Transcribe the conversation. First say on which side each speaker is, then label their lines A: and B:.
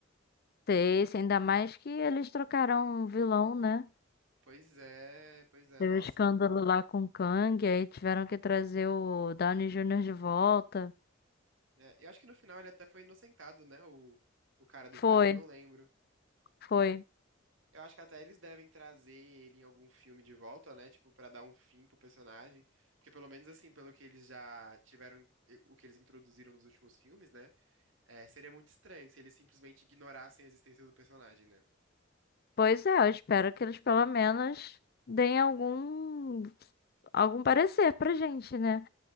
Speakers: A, on the left; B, on the right.
A: Sei, sei, ainda mais que eles trocaram um vilão, né?
B: Pois é, pois é,
A: Teve
B: nossa.
A: o escândalo lá com o Kang, aí tiveram que trazer o Downey Jr. de volta.
B: É, eu acho que no final ele até foi inocentado, né? O, o cara do
A: Foi,
B: Kang, eu não lembro.
A: foi.
B: Eu acho que até eles devem trazer ele em algum filme de volta, né? Tipo, pra dar um fim pro personagem. Porque pelo menos assim, pelo que eles já tiveram, o que eles introduziram nos últimos filmes, né? é, seria muito estranho se eles simplesmente ignorassem a existência do personagem, né?
A: Pois é, eu espero que eles pelo menos deem algum algum parecer pra gente, né?